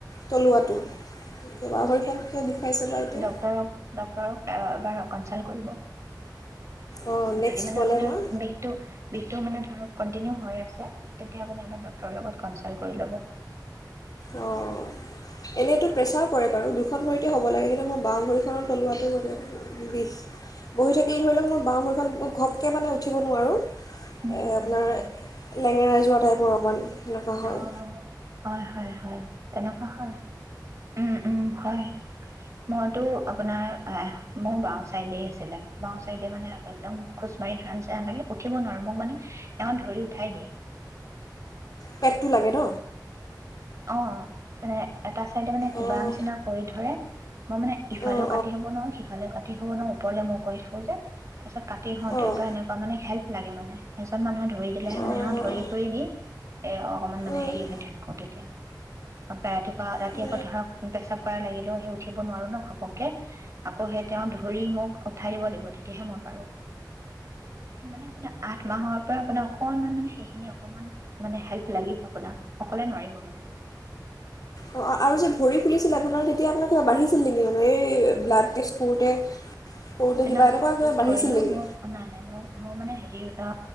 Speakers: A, on the left; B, on the right.
A: তলুৱাটো? কিয়, বাওঁ ভৰিখন কিয় বিষাইছে? বাৰু এতিয়া
B: ডক্টৰক ডক্টৰক বাৰ কনচাল্ট কৰিব
A: অঁ নেক্সট
B: যদি মানে
A: গ'লে
B: আপোনাৰ,
A: মই
B: বিষটো, বিষটো মানে ধৰক কন্টিনিউ হৈ আছে। তেতিয়া আপুনি আমাৰ ড্ৰাগ্টৰৰ লগত কনচেল কৰিলব
A: অ'। এনেটো প্ৰেচাৰ পৰে বাৰু। দু খন কৰি হ'ব লাগে কিন্ত মই বাওঁ ভৰিখনৰ তলোৱাটো বাবে বি বহি থাকিলে, ধৰি লওঁক, মোৰ বাওঁ ভৰিখন, মোৰ ঘপ <unintelligible> মানে উঠিব নোৱাৰোঁ।
B: উম
A: আপোনাৰ
B: উম উম
A: লেঙেৰা যোৱা টাইপৰ অকণমান এনেকুৱা হয়
B: অ হয় হয় হয় তেনেকুৱা হয়। উম উম হয় মইতো আপোনাৰ আহ মোৰ বাওঁ চাইদেই আছিলে। বাওঁ চাইডে মানে, একদম খোচ মাৰি ধৰা নিচিনা লাগে, উঠিব নোৱাৰোঁ। মোক মানে তেওঁ ধৰি উঠাই দিয়ে।
A: পেটটো লাগে ন?
B: অ মানে এটা চাইডে মানে কিবা
A: অঁ
B: নিচিনা কৰি ধৰে মই মানে ইফালেও
A: অঁ
B: কাটি হ'ব নোৱাৰো। সি ইফালে কাটি শ ন ওপৰলে মই কৰি থাকো যে তাৰ পিছত কাটি হওঁতেও
A: অঁ
B: বাা এনেকুৱা মানে হেল্প লাগে মানে এজন মানুহে ধৰি দিলেহে
A: অঁ
B: মানে ধৰি কৰি দি এ অকনমান মানে
A: অঁ
B: হেৰি থাকো তেতিয়া। তাপা ৰাতিপুৱা, ৰাতি
A: অঁ
B: আকৌ ধৰক, পেচাব কৰা লাগিলেও, হে, উঠিব নোৱাৰোঁ ন, ঘপককে। আকৌ হে, তেওঁ ধৰি মোক উঠাই দিব লাগিব, তেতিয়াহে মই পাৰোঁ। মানে আপোনা আঠ মাহৰ পৰা, আপোনাৰ অকনমান, মানে সেইখিনি অকমান, মানে হেল্প লাগিব আপোনাক। অকলে নোৱাৰিব মানে?
A: অ', অ' আৰু যে ভৰি ফুলিছিলে, আপোনাৰ, তেতিয়া আপোনাৰ কিবা বাঢ়িছিল নেকি, মানে? এই ব্লাড টেষ্ট কৰোঁতে কৰোঁতে কিবা
B: নাই
A: এনেকুৱা
B: চব টেষ্ট
A: কিবা বাঢ়িছিল
B: কৰিলো।
A: নেকি
B: মোক, নাই নাই মোক, মোৰ মানে হেৰি অ